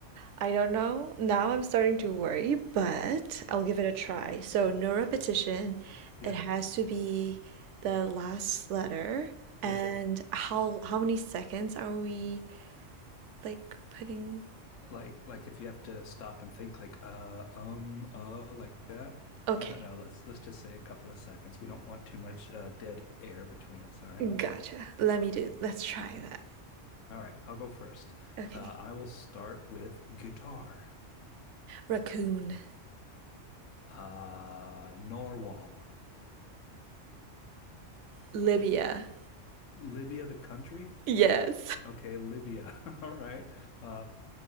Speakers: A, on the right; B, on the left.
A: I don't know. Now I'm starting to worry, but I'll give it a try. So, no repetition.
B: Yeah,
A: It has to be the last letter. And
B: yeah.
A: how how many seconds are we like putting?
B: Like like if you have to stop and think like uh um uh like that.
A: Okay,
B: I don't know. Let's let's just say a couple of seconds. We don't want too much uh, dead air between us. All right.
A: gotcha. Let me do. Let's try that.
B: All right. I'll go first.
A: Okay.
B: Uh, I will start with guitar.
A: Raccoon,
B: Uh, Norwal,
A: Libya.
B: Libya, the country.
A: Yes.
B: Okay, Libya. <laughs> All right. Uh,